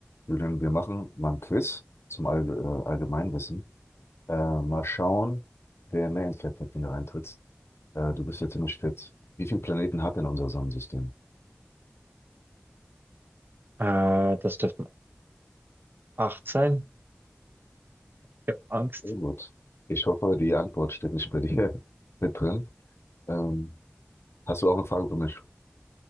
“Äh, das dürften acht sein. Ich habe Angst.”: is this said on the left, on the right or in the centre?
Right